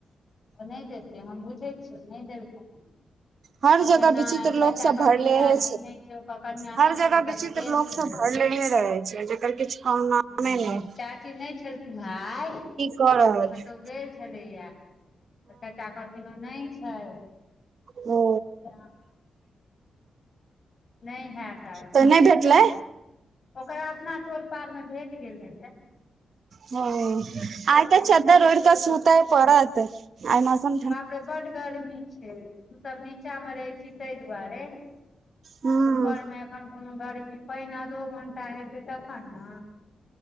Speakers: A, on the left; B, on the right.
A: ओ नहि देतै हम बुझै छियै नहि देलकै
B: हर
A: कहल
B: जगह विचित्र
A: चाचा
B: लोक सब
A: कहलखिन
B: भरलेहे
A: चाची नहि छै कनिया
B: हर
A: नहि
B: जगह
A: छल कतहु
B: विचित्र
A: गेल
B: लोक
A: छलैए
B: सब भरले रहै छै जकर किछु कामनामे
A: हँ
B: नहि
A: चाची नहि छलखिन हे आइ
B: क है
A: कतहु
B: <inaudible>
A: गेल छलैया तऽ चर्च कहलखिन ओ नहि छैथ
B: ओ
A: नहि होयत आ
B: तऽ नहि भेटलै
A: ओकरा अपना टोल पार मे भेट गेल हे से
B: ह आइ
A: तेहन
B: तऽ चन्द्र
A: छै जे
B: ओढक
A: किओ
B: सुतै परत आइ मसन
A: बापड़े बड गर्मी छै हम सब नीचा मे रहै छी ताहि दुआरे
B: हूँ
A: ऊपर मे एखन कोनो गर्मी पानि आधो घण्टा हेतै तखन ने